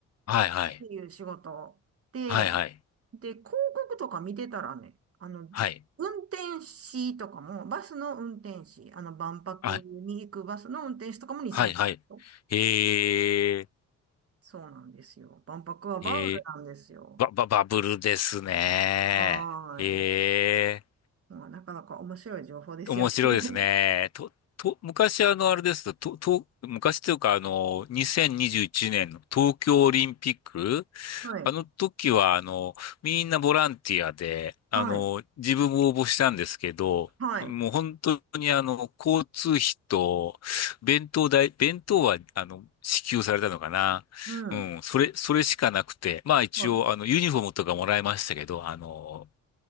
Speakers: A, on the left; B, on the right.
A: はい、はい。
B: ていう仕事で
A: はい、はい。
B: で、広告とか見てたらね、あの、
A: はい。
B: 運転士とかも、バスの運転士、あの、万博に行くバスの運転士とかも2000円。
A: あはい、はい。へえ、
B: そうなんですよ。万博はバブルなんですよ。
A: へえ、バババブルですね。
B: はーい。
A: へえ。
B: まあ、なかなか面白い情報ですよね。
A: 面白いですね。
B: <laughs>
A: と、と、昔あの、あれですと、と、と昔というかあの、2021年の東京オリンピック、
B: はい。
A: あの時はあの、みんなボランティアで、
B: はい。
A: あの、自分も応募したんですけど、
B: はい。
A: もう本当にあの、交通費と、弁当代、弁当はあの、支給されたのかな。
B: うん。
A: うん、それ、それしかなくて、まあ一応あの、
B: はい。
A: ユニフォームとかもらいましたけど、あの、